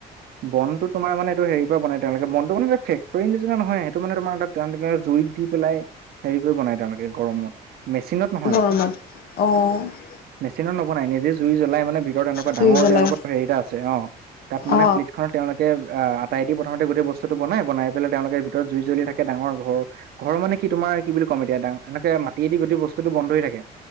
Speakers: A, on the right (about 65°); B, on the left (about 60°).
A: বনতটো তোমাৰ মানে এইটো হেৰি বনাই তেওঁলোকে বনটো মানে ফেক্টৰী নিচিনা নহয় সেটো মানে তোমাৰ ত তেওঁলোকে জুই পেলাই হেৰি কৰি বনাই তেওঁলোকে গৰমত মেচিনত নহয়
B: গৰমত অহ।
A: মেচিনত নবনাই নিজে জুই জ্বলাই মানে ভিতৰতলোকৰ
B: জুই
A: ডাঙৰ
B: জ্বলাই
A: তেওঁলোকৰ হেৰি এটা আছে অ', তাত মানে
B: অ
A: প্লেটখত তেওঁলোকে আহ আটাই দি প্ৰথমতে গোটেই বস্তুটো বনাই, বনাই পেলাই তেওঁলোকে ভিতৰত জুই জ্বলি থাকে ডাঙৰ ঘৰ ঘৰৰ মানে কি তোমাৰ কি বুলি ক'ম এতিয়া এনেকে মাটি দি গোটেই বস্তুটো বন্ধ হৈ থাকে।